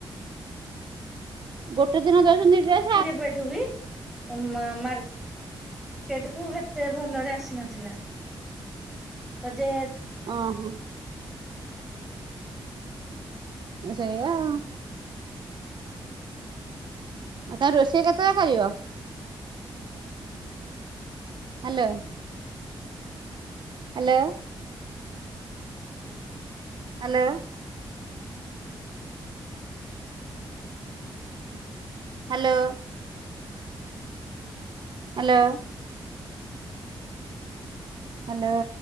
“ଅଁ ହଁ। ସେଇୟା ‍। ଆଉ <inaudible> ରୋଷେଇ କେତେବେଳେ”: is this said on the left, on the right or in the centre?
Right